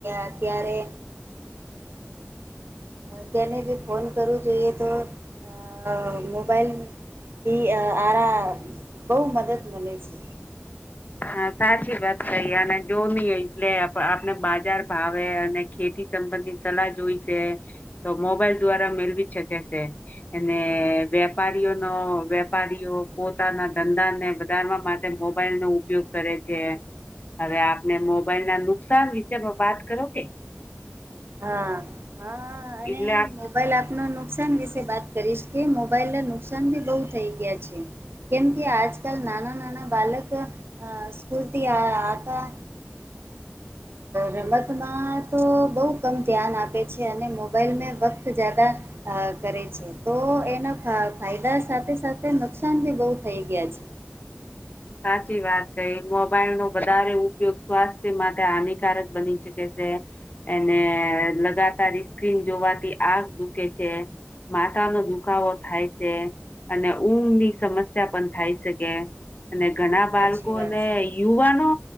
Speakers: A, on the right (about 75°); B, on the left (about 45°).
A: અત્યારે તેને જે ફોન કરવો જોઈએ, તો હ મોબાઈલ તે આરામ બહુ મદદ મલે છે.
B: હા સાચી વાત કંઈ અને જો નઈ એટલે આપણે બજાર ભાવે અને ખેતી સંબંધની સલાહ જોઈ છે, તો મોબાઈલ દ્વારા મેળવી શકે છે, અને વેપારીઓનો વેપારીઓ પોતાના ધંધાને વધારવા માટે મોબાઈલ નો ઉપયોગ કરે છે, હવે આપને મોબાઈલ ના નુકસાન વિશે વાત કરો કે.
A: હા, હા અને
B: એટલે આપ
A: મોબાઈલ આપનું નુકસાન વિશે. વાત કરીશ કે મોબાઈલ ના નુકસાન ભી બહુ થઈ ગયા છે. કેમ કે આજકાલ નાના નાના બાળક સ્કૂલથી આવતા. રમતમાં તો બહુ મક્કમ ધ્યાન આપે છે, અને મોબાઈલ મેં વક્ત જયદા કરે છે, તો એના ફાયદા સાથે સાથે નુકસાન ભી બહુ થઈ ગયા છે,
B: સાચી વાત કંઈ મોબાઈલ નો વધારે ઉપયોગ સ્વાસ્થ્ય માટે હાનિકારક બની શકે છે. એને લગાતાર સ્ક્રીન જોવાથી આંખ દુઃખે છે. માથાનો દુખાવો થાય છે, અને ઊંઘ ની સમસ્યા પણ થાઈ શકે. અને ઘણા
A: સાચી
B: બાળકો
A: વાત
B: અને
A: છે.
B: યુવાનો